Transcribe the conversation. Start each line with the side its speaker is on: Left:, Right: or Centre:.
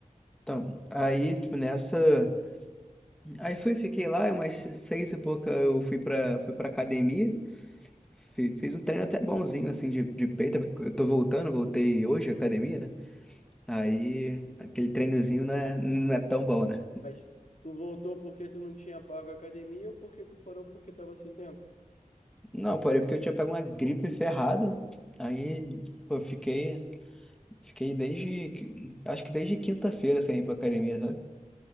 Centre: Então, aí, tipo, nessa. Aí fui, fiquei lá, umas seis e pouca eu fui pra, fui pra academia. Fe- Fiz um treino até bonzinho, assim, de, de peito, porque eu tô voltando, voltei hoje à academia, né? Aí, aquele treinozinho não é, não é tão bom, né?
Left: Mas tu voltou porque tu não tinha pago a academia ou porque tu parou porque tava sem tempo?
Centre: Não, porém, porque eu tinha pego uma gripe ferrada, aí eu fiquei, fiquei desde, que- acho que desde quinta-feira sem ir pra academia, sabe?